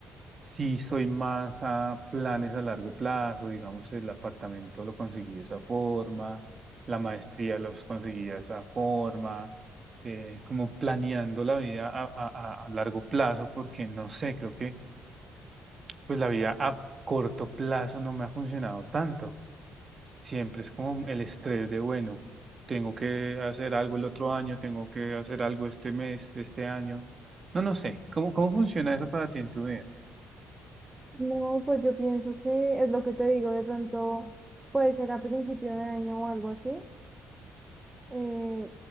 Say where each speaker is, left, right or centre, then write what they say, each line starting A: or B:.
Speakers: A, on the right; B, on the right.
A: Sí, soy más a planes a largo plazo, digamos, el apartamento lo conseguí de esa forma, la maestría los conseguí de esa forma, eh, como planeando la vida a, a- a- a largo plazo, porque no sé, creo que pues la vida a corto plazo no me ha funcionado tanto. Siempre es como el estrés de, bueno, tengo que hacer algo el otro año, tengo que hacer algo este mes, este año. No, no sé, ¿cómo, cómo funciona eso para ti en tu vida?
B: No, pues yo pienso que es lo que te digo, de pronto puede ser a principio de año o algo así, eh,